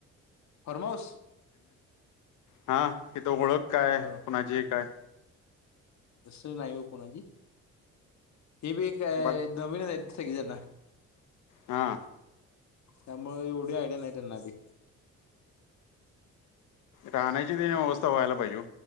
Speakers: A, on the left (about 65°); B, on the left (about 80°).
A: फर्मोस.
B: हा तिथ ओळख काय
A: फार
B: कुणाची काय.
A: तसं नाही हो कोणाची हे बी एकय
B: ब
A: नवीन आहेत सगळेजना
B: हा.
A: त्यामुळे एवढी आयडिया नाही त्यांना अधी
B: राहण्याची त्यांनी व्यवस्था व्हायला पाहिजे